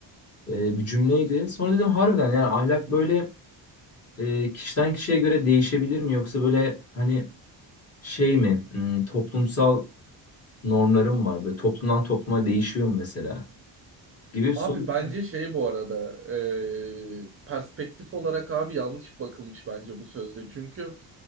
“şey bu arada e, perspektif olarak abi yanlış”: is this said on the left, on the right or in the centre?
Right